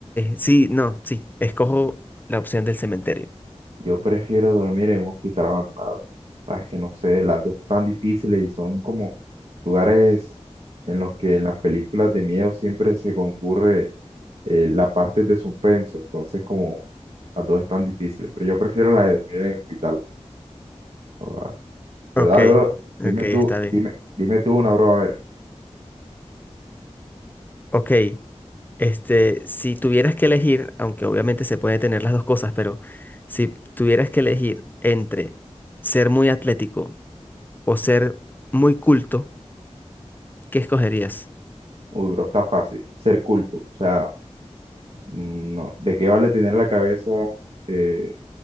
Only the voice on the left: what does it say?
Sí, no, sí. Escojo la opción del cementerio.
Ok,
ok,
está
bien.
Ok, este, si tuvieras que elegir, aunque obviamente se puede tener las dos cosas, pero si tuvieras que elegir entre ser muy atlético o ser muy culto, ¿qué escogerías?